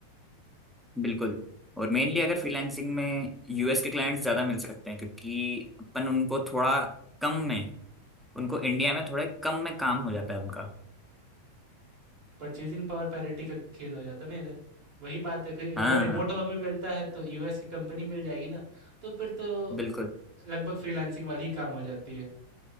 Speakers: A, in the centre; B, on the right.
A: बिल्कुल और मेनली अगर फ्रीलांसिंग में यूएस के क्लाइंट्स ज़्यादा मिल सकते हैं क्योंकि अपन उनको थोड़ा कम में उनको इंडिया में थोड़े कम में काम हो जाता है उनका
B: परचेज़िंग पावर पैरिटी का खेल हो जाता ना इधर। वही बात है कहीं
A: हाँ
B: अगर रिमोट वर्क भी मिलता है तो यूएस की कंपनी मिल जाएगी ना, तो फिर तो
A: बिल्कुल
B: लगभग फ्रीलांसिंग वाली ही काम हो जाती है।